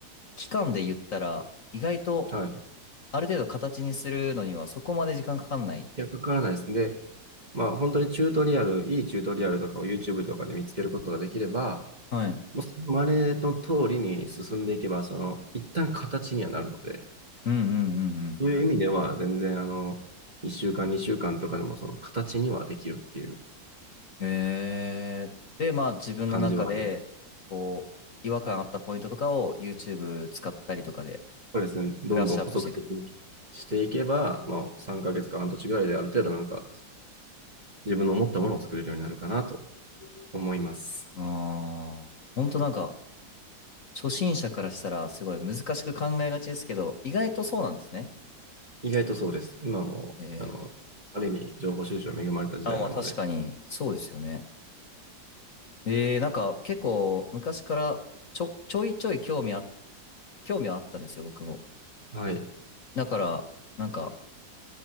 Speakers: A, on the left (about 45°); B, on the right (about 25°).
A: 期間で言ったら、意外と
B: はい。い
A: ある程度形にするのにはそこまで時間かかんない。
B: や、かからないですね。で、まあ本当にチュートリアル、いいチュートリアルとかを YouTube とかで見つけることができれば、
A: はい。
B: もうその真似の通りに進んでいけば、その、一旦形にはなるので、
A: うんうんうん
B: そういう意味では全然あの、1週間、2週間とかでもその形にはできるっていう
A: うん。えー、で、まあ自分の中で、
B: 感じはあります。
A: こう、違和感あったポイントとかを YouTube 使ったりとかで
B: そうですね。どんどん補足的にしていけば、
A: ブラッシュアップしていく。
B: まあ3ヶ月か半年ぐらいである程度なんか自分の思ったものを作れるようになるかなと思います。
A: ああ、ほんとなんか、初心者からしたらすごい難しく考えがちですけど、意外とそうなんですね。
B: 意外とそうです。今も、
A: え
B: あの、ある意味、情報収集に恵まれた時代なので、
A: ー、あ、まあ確かに、そうですよね。えー、なんか結構昔からちょ、ちょいちょい興味あ、興味はあったんですよ、僕も。
B: はい、
A: だから、なんか、